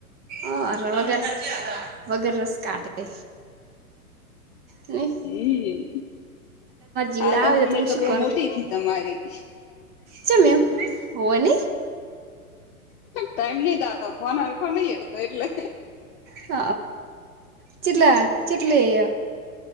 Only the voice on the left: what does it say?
હમ,
આ દહ
મિનિટ
તો
બહ મોટી થી તમારી
ટાઈમ નહ દાતો ફોન હરખો નહ હેડતો એટલે